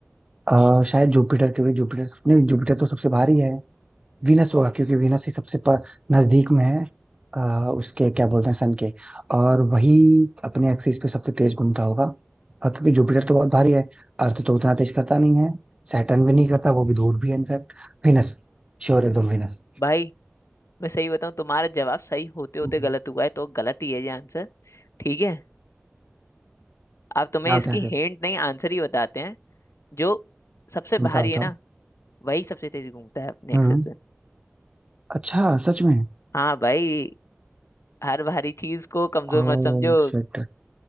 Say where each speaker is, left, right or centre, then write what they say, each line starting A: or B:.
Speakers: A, on the right; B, on the left.
A: आ, शायद जुपिटर क्योंकि जुपिटर नहीं जुपिटर तो सबसे भारी है वीनस होगा क्योंकि वीनस ही सबसे पर नजदीक में है अ, उसके क्या बोलते हैं सन के और वही अपने एक्सिस पे सबसे तेज घूमता होगा और क्योंकि जुपिटर तो बहुत भारी है अर्थ तो उतना तेज करता नहीं है सैटर्न भी नहीं करता वो भी दूर भी है इनफैक्ट वीनस श्योर एकदम वीनस
B: भाई मैं सही बताऊं तुम्हारा जवाब सही होते होते
A: हम्म।
B: गलत हुआ है तो गलत ही है ये आंसर ठीक है अब तुम्हें
A: क्या
B: इसकी
A: होता है फिर
B: हिंट नहीं आंसर ही बताते हैं जो सबसे
A: बताओ
B: भारी
A: बताओ
B: है ना वही सबसे तेज घूमता है अपने
A: हम्म
B: एक्सेस में
A: अच्छा सच में
B: हाँ भाई हर भारी चीज को कमजोर
A: Oh
B: मत समझो
A: shit